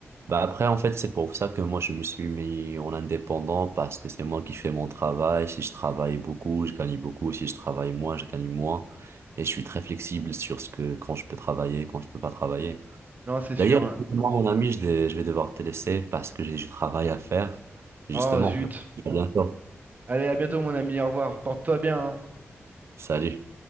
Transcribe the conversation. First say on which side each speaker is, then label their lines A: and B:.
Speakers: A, on the right (about 60°); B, on the right (about 35°).
A: Bah après,
B: Donc,
A: en fait, c'est pour ça que moi, je me suis mis en indépendant parce que c'est moi qui fais mon travail. Si je travaille beaucoup, je gagne beaucoup. Si je travaille moins, je gagne moins. Et je suis très flexible sur ce que, quand je peux travailler, quand je peux pas travailler.
B: non, c'est
A: D'ailleurs,
B: sûr. hein.
A: moi, mon ami, je, vais- je vais devoir te laisser parce que j'ai du travail à faire. Justement,
B: Oh zut.
A: à bientôt.
B: Allez, à bientôt mon ami. Au revoir. Porte-toi bien. hein.
A: Salut.